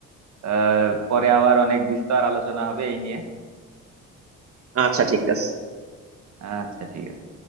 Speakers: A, on the right; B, on the right.
A: আহ পরে আবার অনেক বিস্তার আলোচনা হবে এই নিয়ে
B: আচ্ছা ঠিক আছে
A: আচ্ছা ঠিক আছে